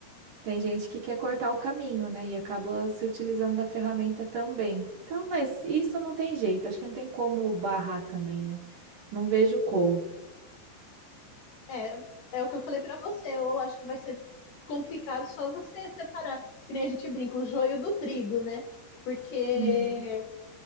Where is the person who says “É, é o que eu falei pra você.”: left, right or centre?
Left